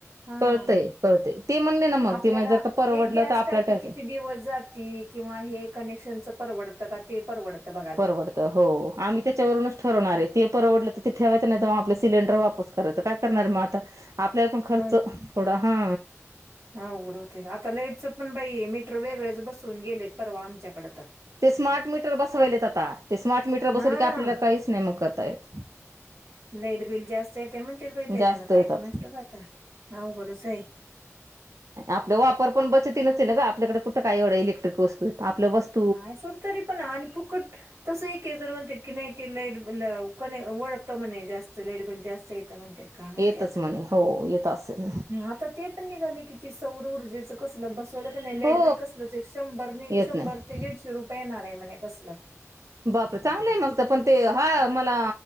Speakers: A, on the right (about 60°); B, on the right (about 75°).
A: हा.
B: कळतंय कळतंय ते म्हणले ना मग
A: आपल्याला
B: ते म्हण जर का परवडलं
A: एक गॅस
B: तर आपल्याला
A: टाकी
B: ठेवायचं
A: किती दिवस जातील किंवा हे कनेक्शनच परवडतं का ते? परवडत बघा
B: परवडतं हो आम्ही त्याच्यावरूनच ठरवणार आहे. ते परवडलं तर ते ठेवायचं नाही तर मग आपलं सिलेंडर वापस करायचं काय करणार मग आता आपल्याला पण खर्च
A: होय की.
B: थोड हा
A: अवघड होते आता लाईटचं पण बाई आहे मीटर वेगळेच बसवून गेलेत परवा आमच्याकडे तर
B: ते स्मार्ट मीटर बसवायलेत आता ते स्मार्ट मीटर
A: हा
B: बसवलं की आपल्याला काहीच नाही मग करता येत.
A: लाईट बिल जास्त येतेय म्हणतेत बाई त्यान
B: जास्त
A: काय
B: येतात
A: कोणस ठावूक आता अवघडच हाय
B: आपल वापर पण बचतीनच ये ना ग आपल्याकडे कुठं काय एवढं इलेक्ट्रिक वस्तू आहेत आपलं वस्त
A: नाही सोड तरी पण आणि फुकट तस एकेक जन म्हणतेत की नाही ते लाईट बिल कणी वड म्हणे जास्त ल जास्त येत म्हण ते काम आहे
B: येतच
A: ते आता
B: म्हणे हो येत असेल
A: आता ते पण निघाली कि ती सौर ऊर्जेचं कसलं बसवलं की नाही लाईट
B: हो
A: बिल कसलच एक शंभर
B: येत
A: शंभर
B: नाही
A: ते दीडशे रुपय येणार आहे म्हणे कसलं
B: बापरे चांगले आहे मग तर पण ते हा मला